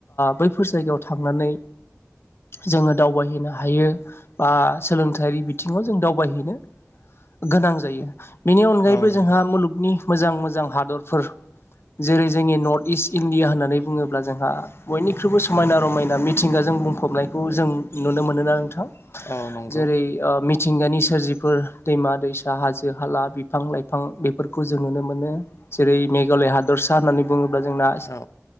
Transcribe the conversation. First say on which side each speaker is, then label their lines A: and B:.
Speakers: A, on the left (about 55°); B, on the left (about 80°).
A: बैफोर ओ जायगायाव थांनानै जोङो दावबायहैनो हायो। बा सोलोंथायारि बिथिङाव जों दावबायहैनो गोनां जायो। बेनि अनगायैबो
B: औ नंगौ
A: जोंहा मुलुगनि मोजां मोजां हादरफोर जेरै जोंनि नर्थ इस्ट इण्डिया होननानै बुङोब्ला जोंहा बयनिख्रुइबो समायना रमायना मिथिंगाजों बुंफबनायखौ जों नुनो मोनोना नोंथां
B: औ नंगौ
A: जेरै मिथिंगानि सोरजिफोर दैमा दैसा हाजो हाला बिफां लाइफां बेफोरखौ जों नुनो मोनो जेरै मेघालय हादरसा होननानै बुङोब्ला जोंना
B: औ